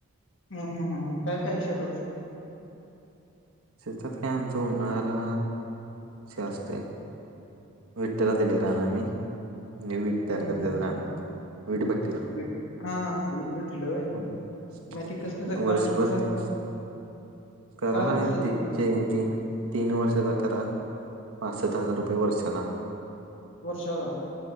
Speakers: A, on the left; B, on the right.
A: हम्म हम्म हम्म काय काय शेतात होत.
B: शेतात काय आमचं उन्हाळ्याला असे असते. विट त्याला दिले रान आणि विट तयार
A: हम्म
B: करत्यात
A: हम्म
B: रानात. वीटभट्टीला.
A: बीट. हा वीट भट्टीला होय
B: हम्म
A: मग ते कसं करार
B: वर्षभर
A: कसं असतं
B: त्या करा
A: करार
B: नाही
A: कसं होते
B: ते, तीन तीन वर्षचा करा पासष्ट हजार रुपये वर्षला.
A: वर्षला.